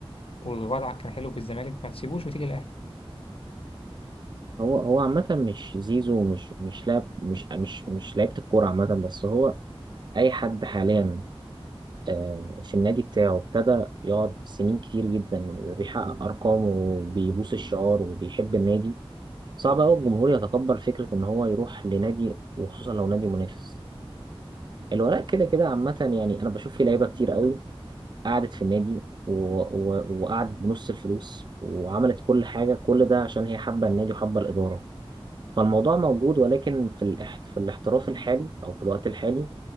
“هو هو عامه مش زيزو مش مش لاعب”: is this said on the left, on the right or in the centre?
Right